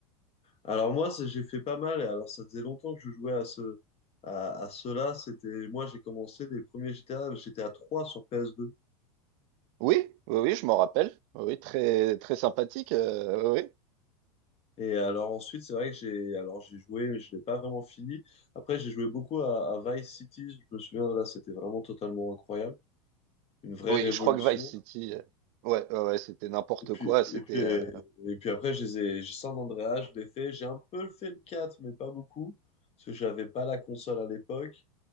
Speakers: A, on the left; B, on the right.
A: Alors moi, c'est- j'ai fait pas mal. et Alors ça faisait longtemps que je jouais à ce à, à cela. C'était moi, j'ai commencé les premiers GTA. J'étais à 3 sur PS2.
B: Oui, oui, oui, je m'en rappelle. Oui, oui, très, très sympathique. euh, oui, oui,
A: Et alors ensuite, c'est vrai que j'ai alors j'ai joué, mais je l'ai pas vraiment fini. Après, j'ai joué beaucoup à, à Vice City. Je me souviens là, c'était vraiment totalement incroyable, une vraie
B: Oui,
A: révolution.
B: je crois que Vice City. euh, ouais, ouais, ouais, c'était n'importe
A: Et puis,
B: quoi. C'était.
A: et puis, euh,
B: euh,
A: et puis après, je les ai, j'ai San Andreas, je l'ai fait. J'ai un peu fait le 4 mais pas beaucoup, parce que j'avais pas la console à l'époque.